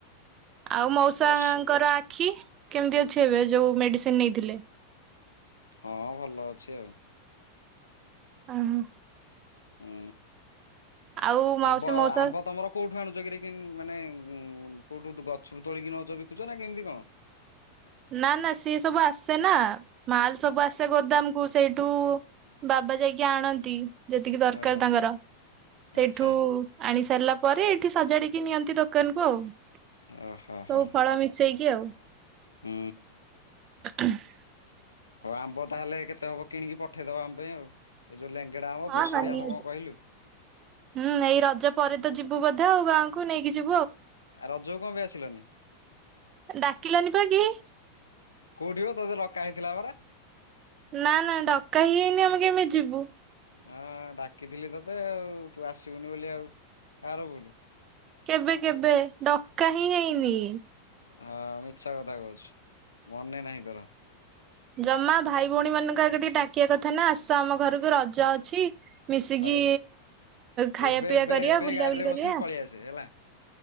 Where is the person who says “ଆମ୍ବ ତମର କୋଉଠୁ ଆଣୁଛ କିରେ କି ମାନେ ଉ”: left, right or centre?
Left